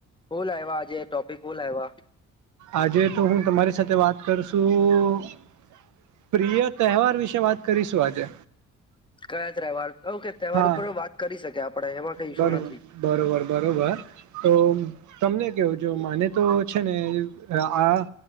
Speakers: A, on the left; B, on the right.
A: શું લાવ્યા આજે ટોપિક શું લાવ્યા?
B: આજે તો હું તમારી સાથે વાત કરશું પ્રિય તહેવાર વિશે વાત કરીશું આજે
A: કયા તહેવાર? ઓકે તહેવાર
B: હા
A: ઉપર વાત કરી શકે આપણેે એમાં કઈ
B: બરોબર
A: શું નથી.
B: બરોબર બરોબર તો તમને કેવો જો માને તો છેને, આ